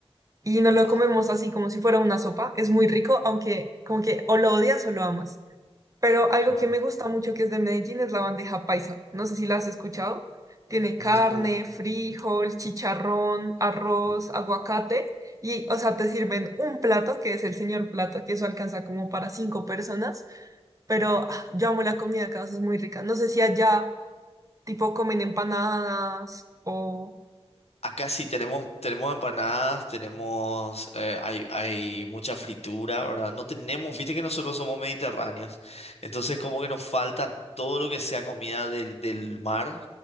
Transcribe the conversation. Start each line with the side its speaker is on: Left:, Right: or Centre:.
Right: Y nos lo
Left: Wow.
Right: comemos así como si fuera una sopa. Es muy rico, aunque como que o lo odias o lo amas. Pero algo
Left: Claro.
Right: que me gusta mucho que es de Medellín es la bandeja paisa. No sé si la has escuchado. Tiene carne,
Left: No.
Right: frijol, chicharrón, arroz,
Left: Mm.
Right: aguacate. Y, o sea, te sirven un plato, que es el señor plato, que eso alcanza como para cinco personas. Pero ah, yo amo la comida acá, o sea, es muy rica. No sé si allá, tipo, comen empanadas o...
Left: Acá sí tenemos, tenemos empanadas, tenemos, eh, hay, hay mucha fritura, ¿verdad? No tenemos, viste que nosotros somos mediterráneos, entonces como que nos falta todo lo que sea comida del, del mar,